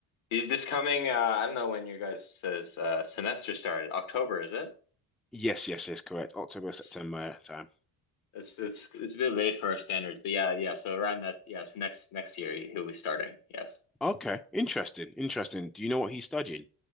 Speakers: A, on the left; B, in the centre.
A: Is this coming? Uh, I don't know when your guys' uh, semester started. October, is it?
B: Yes, yes, yes, correct. October,
A: It's
B: September yeah, time.
A: it's it's it's a bit late for our standards, but yeah, yeah. So around that, yes, next next year he'll be starting. Yes,
B: Okay. Interesting. Interesting. Do you know what he's studying?